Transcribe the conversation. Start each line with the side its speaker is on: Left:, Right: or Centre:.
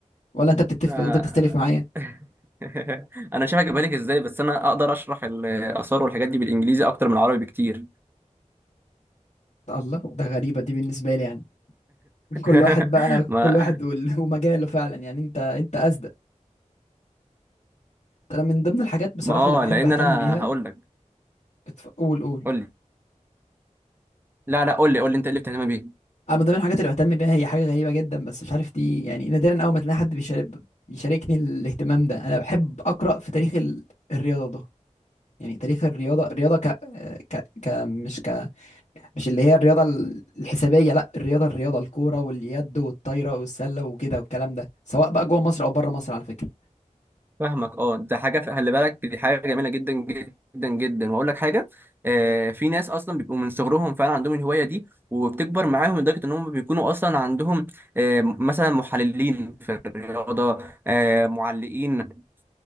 Left: ولا انت بتتفق
Right: آه.
Left: ولا انت بتختلف معايا
Right: <laughs> <laughs> انا مش عارف بالك ازاي بس انا اقدر اشرح الاثار والحاجات دي بالانجليزي اكتر من العربي بكتير
Left: الله ده غريبة دي بالنسبة لي يعني <laughs>
Right: <laughs>
Left: كل واحد بقى
Right: ما
Left: كل واحد وال- <laughs> ومجاله فعلا يعني انت انت اصدق انا من ضمن الحاجات بصراحة
Right: ما اه
Left: اللي بحب
Right: لان
Left: اهتم
Right: انا
Left: بيها
Right: هقول لك
Left: اتف- قول قول
Right: قول لي لا لا قول لي قول لي انت ايه اللي بتهتم بيه
Left: انا من ضمن الحاجات اللي بهتم بيها هي حاجة غريبة جدا بس مش عارف دي يعني نادرا اول ما تلاقي حد بيشارك بيشاركني الاهتمام ده انا بحب اقرا في تاريخ ال- الرياضة ده يعني تاريخ الرياضة الرياضة ك... ك... ك... مش ك مش اللي هي الرياضة ال- الحسابية لا الرياضة الرياضة الكورة واليد والطايرة والسلة وكده والكلام ده سواء بقى جوه مصر أو بره مصر على فكرة
Right: فاهمك اه ده حاجه خلي بالك دي حاجه جميله جدا جدا جدا واقول لك حاجه آه في ناس اصلا بيبقوا من صغرهم فعلا عندهم الهوايه دي وبتكبر معاهم لدرجه ان هم بيكونوا اصلا عندهم آه مثلا محللين في الرياضه آه معلقين